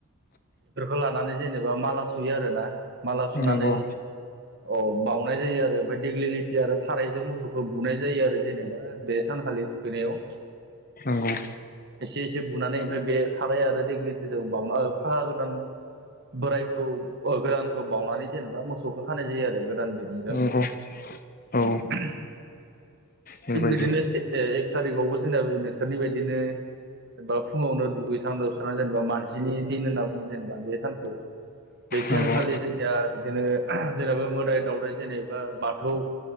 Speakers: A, on the right (about 50°); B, on the left (about 40°).
A: बेफोरखौ लानानै जेनेबा माला सुयो आरोना माला सुनानै,
B: नंगौ
A: अ बावउनाय जायो आरो ओमफ्राय देग्लिलिथियार। थारायजों मोसौखौ बुनाय जायो आरो जेनेबा बे सानखालि थुखैनायाव
B: नंगौ
A: एसे एसे बुनानै आमफ्राय बे थाराइ आरो देगलिटिजों बावना फागा गोदान बोरायखौ अ गोदानखौ बाउनानै जेनेबा मोसौखौ खानाय जायो आरो गोदान दिरुंजों
B: नंगौ
A: <unintelligible>
B: औ बेबायदि
A: थिग बिदिनो से एक थारिखआवबो जोंना नोंसोरनि बायदिनो जेनेबा फुङावनो दुगैस्रां लोबस्रांनानै जेनेबा मानसिनि दिन होनना बुङो जेनेबा बे सानखौ बे सानखालि
B: नंगौ
A: जोंनिया बिदिनो जेनेबा मोदाय दावदाय जेनेबा बाथौ